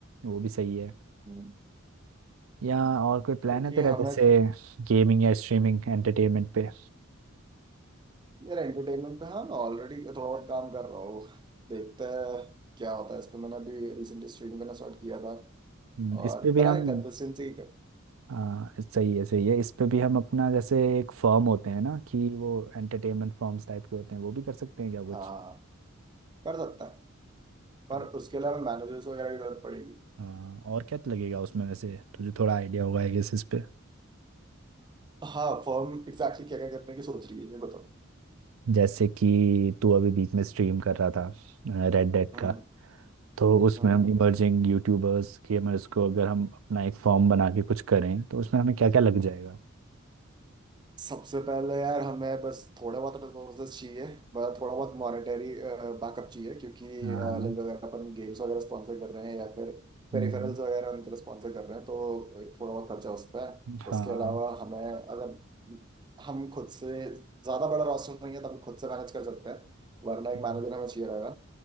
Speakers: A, on the right; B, on the right.
A: वो भी सही है
B: हम्म,
A: या और कोई प्लान
B: क्योंकि
A: है तेरा
B: हमें
A: जैसे गेमिंग या स्ट्रीमिंग एंटरटेनमेंट पे
B: यार एंटरटेनमेंट पे हाँ मैं ऑलरेडी थोड़ा बहुत काम कर रहा हूँ देखते हैं क्या होता है इस पे मैंने अभी रिसेंटली स्ट्रीम करना स्टार्ट किया था
A: हम्म,
B: और
A: इस पे भी
B: पर
A: हम
B: है कंसिस्टेंसी
A: हाँ सही है सही है इस पे भी हम अपना जैसे एक फर्म होते हैं ना कि वो एंटरटेनमेंट फर्म्स टाइप के होते हैं वो भी कर सकते हैं क्या कुछ
B: हाँ कर सकता है पर
A: तो
B: उसके लिए हमें मैनेजर्स वगैरह की जरूरत पड़ेगी
A: हाँ और क्या तो लगेगा उसमें वैसे तुझे थोड़ा आइडिया होगा आई गेस इस पे
B: हाँ फर्म एग्जैक्टली क्या क्या करने की सोच रही है ये बताओ
A: जैसे कि तू अभी बीच में स्ट्रीम कर रहा था रेड डेड
B: हम्म
A: का तो उसमें
B: हम्म
A: हम
B: हम्म।
A: इमर्जिंग यूट्यूबर्स गेमर्स को अगर हम अपना एक फॉर्म बना के कुछ करें तो उसमें हमें क्या क्या लग जाएगा
B: सबसे पहले यार हमें बस थोड़ा बहुत रिसोर्सेज चाहिए मतलब थोड़ा बहुत मॉनेटरी बैकअप चाहिए क्योंकि
A: हाँ
B: लाइक अगर अपन गेम्स वगैरह स्पॉन्सर कर रहे हैं या फिर पेरिफेरल्स
A: हम्म,
B: वगैरह उनके लिए स्पॉन्सर कर रहे हैं तो थोड़ा बहुत खर्चा उस पर है
A: हाँ
B: उसके अलावा हमें अगर हम खुद से ज़्यादा बड़ा रोस्टर नहीं है तो हम खुद से मैनेज कर सकते हैं वरना एक
A: हम्म,
B: मैनेजर हमें चाहिए रहेगा